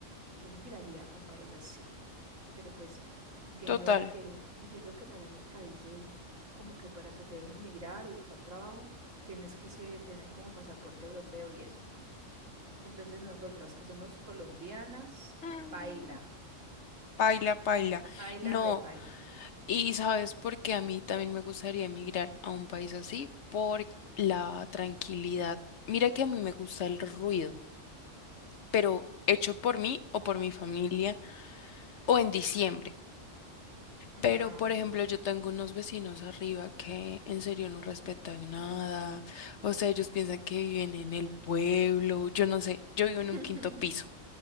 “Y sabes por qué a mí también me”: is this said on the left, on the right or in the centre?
Left